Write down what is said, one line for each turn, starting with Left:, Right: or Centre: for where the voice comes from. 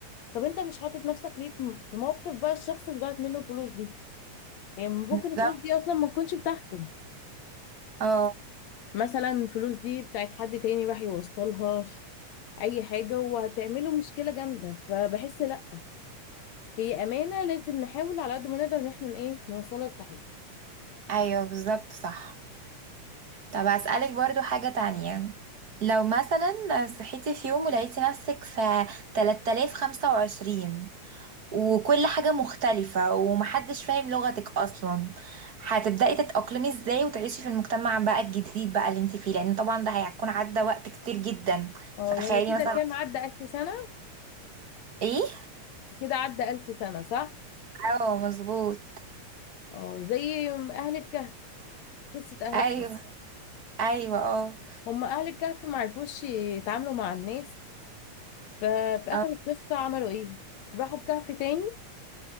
Left: طب انت مش حاطط نفسك ليه في في موقف بقى الشخص اللي ضاعت منه الفلوس دي يعني ممكن
Right: بالظبط
Left: الفلوس
Right: بالظبط
Left: دي اصلا ما تكونش بتاعته
Right: اه
Left: مثلا الفلوس دي بتاعت حد تاني راح يوصلها اي حاجة وهتعمله مشكلة جامدة فبحس لا هي امانة لازم نحاول على قد ما نقدر ان احنا ايه نوصلها صحيح
Right: أيوه بالظبط صح طب هسألك برضو حاجة تانية لو مثلا صحيتي في يوم ولقيتي نفسك في 3025 وكل حاجة مختلفة ومحدش فاهم لغتك أصلا هتبدأي تتأقلمي ازاي وتعيشي في المجتمع بقى الجديد بقى اللي انت فيه لأن طبعا ده هيكون عدى وقت كتير جدا
Left: اه
Right: فتخيلي
Left: يعني كده
Right: مثلا
Left: كام عدى الف سنة
Right: ايه
Left: كده عدى ألف سنة صح؟
Right: اه مظبوط
Left: اه زي أهل الكهف قصة أهل
Right: ايوه
Left: الكهف
Right: ايوه اه
Left: هم أهل الكهف ما عرفوش يتعاملوا مع الناس ففي آخر
Right: اه
Left: القصة عملوا إيه؟ راحوا الكهف تاني